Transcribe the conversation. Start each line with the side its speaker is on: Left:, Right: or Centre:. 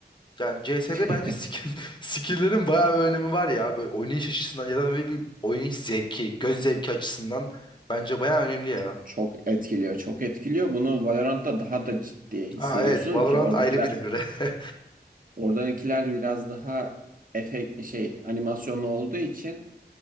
Left: Yani CS'de
Right: <laughs>
Left: bence skin, <laughs> skinlerin bayağı bir önemi var ya. Böyle oynayış açısından ya da böyle bir oynayış zevki, göz zevki açısından bence bayağı önemli ya.
Right: Çok, çok etkiliyor çok etkiliyor bunu Valorant'ta daha da ciddi hissediyorsun
Left: Aa evet Valorant
Right: ki oradakiler
Left: ayrı bir devre. <laughs>
Right: Oradakiler biraz daha efekt şey animasyonlu olduğu için